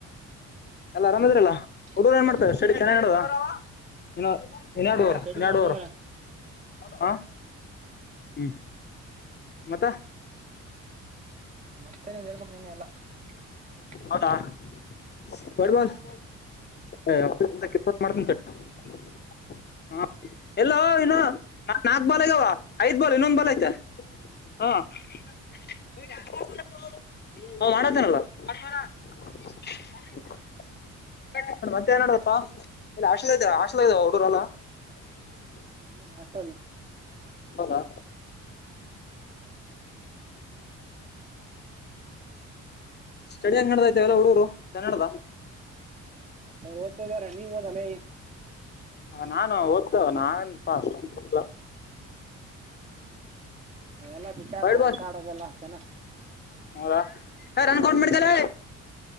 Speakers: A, on the left; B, on the right.
A: ಎಲ್ಲರೂ ಆರಾಮ್ ಅದಿರಲ್ಲ ಹುಡುಗರು
B: ಮತ್ತೇನಿಲ್ಲ
A: ಏನ್ ಮಾಡ್ತಾರೆ ಸ್ಟಡಿ ನಡದ ಇನ್ನ ಇನ್ನಡುುವರ್
B: ಹಾ ಸ್ಟಡಿ
A: ಇನ್ನಡುುವರು
B: ಮಾಡ್ತಾ ಇದಾರ
A: ಹ ಹೂ ಮತ್ತ
B: ಮತ್ತೆ, ನೀನ್ ಹೇಳ್ಬಕ್ ನೀನೆ ಎಲ್ಲ? <unintelligible>
A: ಹೌದಾ. <unintelligible> ಹೊಡಿಬಾರೊ.
B: ಹ್ಮ್
A: <unintelligible> ಎಲ್ಲೋ ಇನು ನಾಕ್ ಬಾಲ್ಗಾವ ಐದ್ ಬಾಲ್ ಇನ್ನೊಂದ ಬಾಲ್ ಆಯ್ತ ಹ್ಮ್. <unintelligible> ಹೇ ಯಾರದು ನೋಡು
B: ಹ್ಮ್ ಹಾಸ್ಟೆಲ್
A: ಹೌದಾ ಸ್ಟೆಡಿ ಹೆಂಗ್ ನೆಡೆದವ ಹುಡುಗರು ಚೆನ್ನಾಗಿ ನೆಡದವ
B: ಅವ್ರು ಓದ್ತಾ ಇದಾರ ನೀವ್ ಓದಲ್ಲೇ
A: ನಾನು ಓದ್ತ ನಾನ್ಪಾ ಅಷ್ಟೊಂದು ಹಲ್ಲ
B: ಅದೆಲ್ಲ ಬಿಟ್ಟಾಕು
A: ವೈಟ್ ಬಾಲ್
B: ಆಟ ಆಡೋದೆಲ್ಲ ಜೆನ
A: ಹೌದಾ ರನ್ ಕೌಂಟ್ ಮಾಡ್ಕಳೇ